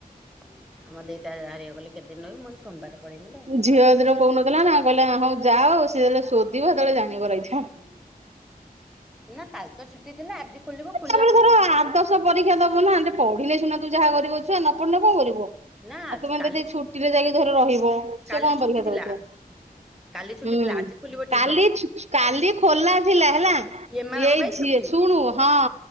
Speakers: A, in the centre; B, on the right.
A: ଆମ ଦେଇଟା ବାହାରିବେ ବୋଲି କେତେଦିନ ରହିବୁ ମୁଁ କହିଲି ସୋମବାର ପଳେଇବି ଲୋ।
B: ଝିଅ ଯେତେବେଳେ କହୁନଥିଲା ନା କହିଲା ହଉ ଯାଅ ସେ ଯେତେବେଳେ ଶୋଦିବ ସେତେବେଳେ ଜାଣିବ ରହିଥା।
A: ହୁଁ ନା କାଲି ତ ଛୁଟି ଥିଲା ଆଜି ଖୋଲିବ। ଖୋଲିବା
B: ତାପରେ
A: ପୂର୍ବରୁ
B: ଧର
A: ପଳେଇବା।
B: ଆର୍ଦଶ ପରୀକ୍ଷା ଦବ ନା, ଟିକେ ପଢିଲେ ସିନା ତୁ ଯାହା କରିବୁ ଛୁଆ ନ ପଢିନେ କଣ କରିବୁ।
A: ନା ଆଜି
B: ଆଉ ତୁମେ
A: କାଲି
B: ଯଦି ଛୁଟି ରେ ଯାଇକି ଧର ରହିବ
A: କାଲି
B: ସେ କଣ
A: ଛୁଟି
B: ପରୀକ୍ଷା
A: ଥିଲା
B: ଦଉଥିବ।
A: କାଲି ଛୁଟି
B: ହୁଁ,
A: ଥିଲା ଆଜି ଖୋଲିବ ଟିଉସନ।
B: କାଲି କାଲି ଖୋଲା ଥିଲା ହେଲା। ଏଇ
A: ଏମାନଙ୍କ ପାଇଁ
B: ଝିଅ
A: ଛୁଟି।
B: ଶୁଣୁ ହଁ